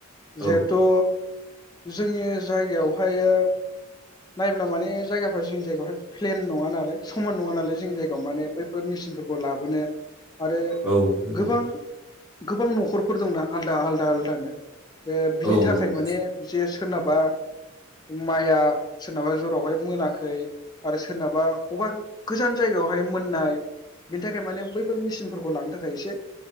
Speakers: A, in the centre; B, on the left.
A: औ
B: जिहेथु जोंनि जायगायाव, ओमफ्रायो नायब्ला माने जायगाफ्रा जोंनि जायगायावहाय प्लेन नङा ना। समान नङा नालाय जोंनि जायगायाव माने बैफोर मेचिनफोरखौ लाबोनो आरो
A: औ नंगौ
B: गोबां गोबां नखरफोर दंना आलदा आलदा आलदानो। बे बिनि
A: औ
B: थाखाय
A: नंगौ
B: माने जे सोनाब बा माइआ सोरनाबा जरावहाय मोनाखै आरो सोरनाबा अबा गोजान जायगायावहाय मोननाय बेनि थाखाय माने बैफोर मेचिनफोरखौ लांनो थाखाय एसे